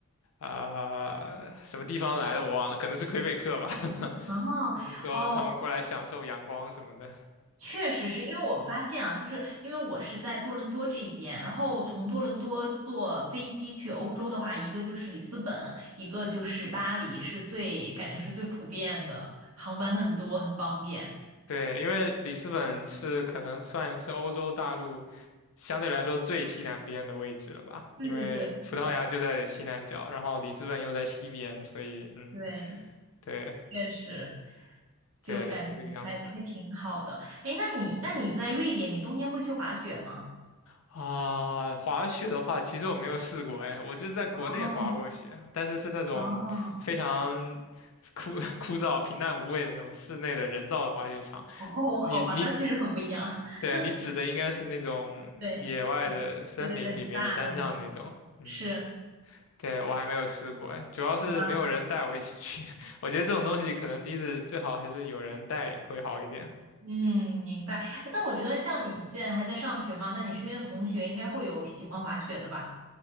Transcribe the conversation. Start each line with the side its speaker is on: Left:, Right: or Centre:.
Left: 啊、什么地方来的我忘了，可能是魁北克吧，<laughs>
Right: 哦。
Left: 那就说他们过来享受阳光什么的。
Right: 哦，确实是因为我发现啊，就是因为我是在多伦多这一边，然后从多伦多坐飞机去欧洲的话，一个就是里斯本，一个就是巴黎，是最感觉是最普遍的，航班很多，很方便。
Left: 对，因为里斯本是可能算是欧洲大陆相对来说最西南边的位置了吧，
Right: 对对对，
Left: 因为葡萄牙就在西南角，
Right: 是的。
Left: 然后里斯本又在西边，所以嗯，
Right: 对，
Left: 对
Right: 确实，
Left: 对，
Right: 就感觉还还挺好的。
Left: 是这个样子。
Right: 哎，那你那你在瑞典，你冬天会去滑雪吗？
Left: 啊，滑雪的话，其实我没有试过，哎，我就在国内滑过雪，
Right: 哦
Left: 但是是那种非常
Right: 哦
Left: 枯 <laughs> 枯燥、平淡无味的那种室内的人造的滑雪场。
Right: 哦，好吧，
Left: 你你，
Right: 那确实很不一样。<laughs>
Left: 对，你指的应该是那种野外的森林里面、
Right: 对对对对，很大的那种，
Left: 山上那种。嗯。
Right: 是。
Left: 对，我还没有试过哎，主要是没有人带我一起去。
Right: 哇，
Left: <laughs> 我觉得这种东西可能第一次最好还是有人带会好一点。
Right: 嗯，明白。但我觉得像你现在还在上学嘛，那你身边的同学应该会有喜欢滑雪的吧？